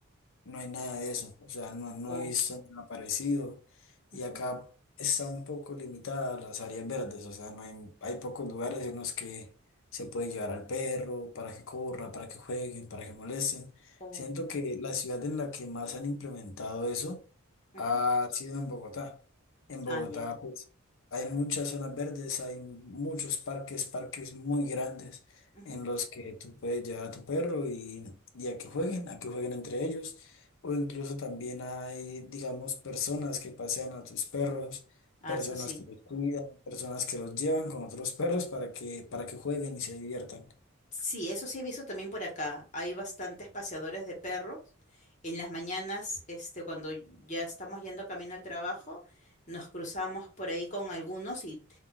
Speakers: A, on the left (about 60°); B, on the left (about 35°).
A: no hay nada de eso, o sea, no, no
B: O,
A: he visto nada parecido y
B: ujú,
A: acá está un poco limitada las áreas verdes, o sea, no hay, hay pocos lugares en los que se puede llevar al perro para que corra, para que jueguen, para que molesten.
B: o,
A: Siento que la ciudad en la que más han implementado eso
B: ujú.
A: ha sido en Bogotá. En Bogotá,
B: Ah, ya.
A: pues, hay muchas zonas verdes, hay muchos parques, parques muy grandes
B: ujú.
A: en los que tú puedes llevar a tu perro y, y a que jueguen, a que jueguen entre ellos. O incluso también hay, digamos, personas que pasean a tus perros,
B: Ah,
A: personas
B: eso sí.
A: que los cuidan, personas que los llevan con otros perros para que, para que jueguen y se diviertan.
B: Sí, eso sí he visto también por acá. Hay bastantes paseadores de perros. En las mañanas, este, cuando ya estamos yendo camino al trabajo, nos cruzamos por ahí con algunos y